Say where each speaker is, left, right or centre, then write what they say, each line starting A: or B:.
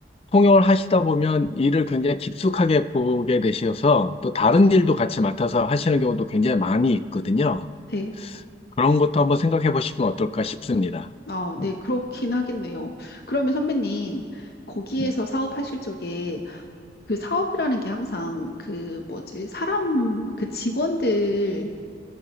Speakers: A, on the left; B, on the left.
A: 통역을 하시다 보면 일을 굉장히 깊숙하게 보게 되셔서 또 다른 일도 같이 맡아서 하시는 경우도 굉장히 많이 있거든요.
B: 네.
A: 그런 것도 한번 생각해 보시면 어떨까 싶습니다.
B: 아,
A: 어,
B: 네, 그렇긴 하겠네요. 그러면 선배님, 거기에서
A: 음.
B: 사업하실 적에 그 사업이라는 게 항상 그 뭐지, 사람, 그 직원들,